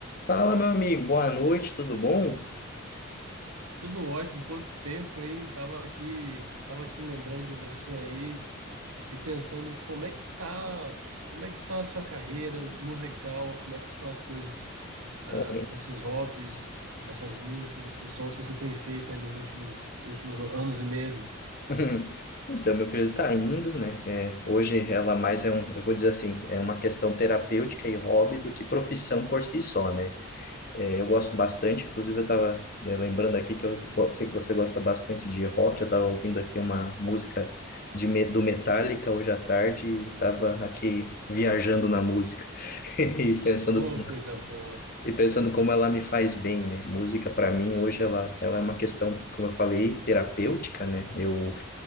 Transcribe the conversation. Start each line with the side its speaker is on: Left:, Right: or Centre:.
Left: Fala, meu amigo, boa noite, tudo bom?
Right: Tudo ótimo, quanto tempo, hein? Tava aqui, tava aqui lembrando de você aí e pensando como é que tá, como é que tá a sua carreira musical, como é que estão as coisas, ah,
Left: Pô,
Right: esses hobbies, essas músicas, esses sons que você tem feito aí nos últimos, últimos anos e meses.
Left: <laughs> Então, meu querido tá indo, né? É, hoje ela mais é um, eu vou dizer assim, é uma questão terapêutica e hobby do que profissão por si só, né? É, eu gosto bastante, inclusive eu tava, né, lembrando aqui que eu go- sei que você gosta bastante de rock, eu tava ouvindo aqui uma música de, me- do Metallica hoje à tarde e tava aqui viajando na música <laughs> e pensando
Right: Oh, coisa boa.
Left: E pensando como ela me faz bem, né? Música para mim hoje ela, ela é uma questão, como eu falei, terapêutica, né? Eu,